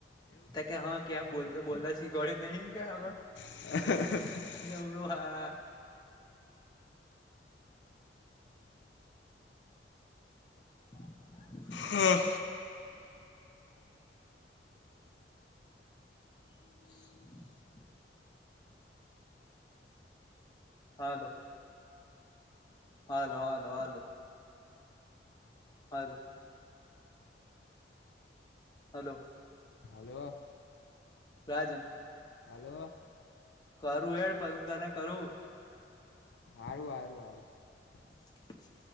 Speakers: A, on the left; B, on the left.
A: તે કે હ કેમ બોલત બોલતા શીખવાડુ નહી, કે અલ
B: <unintelligible>
A: જવરુ હે. <unintelligible>
B: હા
A: <unintelligible> હાલો. Hello hello hello. Hello hello.
B: Hello.
A: Rajan.
B: Hello.
A: કરુ હેડ પયમદા ને કયુ.
B: આરુ આરુ આરુ.
A: હ